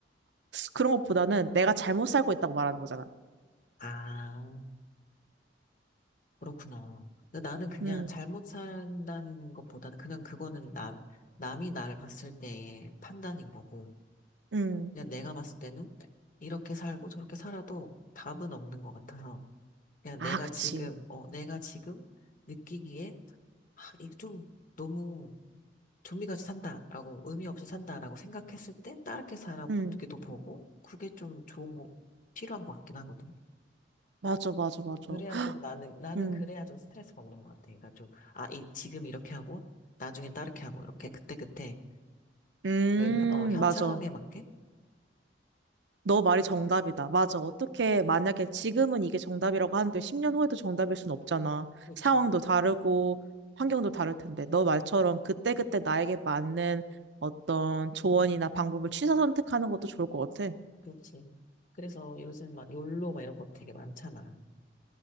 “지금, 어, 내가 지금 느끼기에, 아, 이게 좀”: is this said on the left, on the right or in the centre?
Left